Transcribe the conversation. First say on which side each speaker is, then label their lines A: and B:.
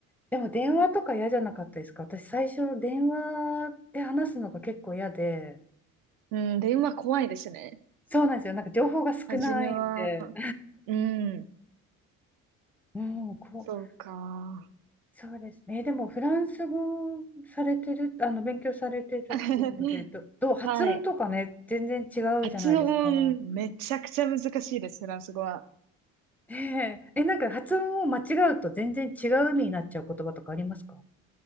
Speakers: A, in the centre; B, on the right.
A: でも電話とか嫌じゃなかったですか私最初電話で話すのが結構嫌で、
B: うん。で、今怖いですね。
A: そうなんですよ。なんか情報が少ないんで。
B: 初めは、うん、
A: うん、こう、
B: そうか。
A: そうですね。えでもフランス語されてる、あの勉強されてるっていうので、
B: <laughs>
A: ど、どう、発音とかね、
B: はい。
A: 全然違うじゃないですか。
B: 発音、めちゃくちゃ難しいです、フランス語は。
A: ねえ、え、なんか発音を間違うと全然違う意味になっちゃう言葉とかありますか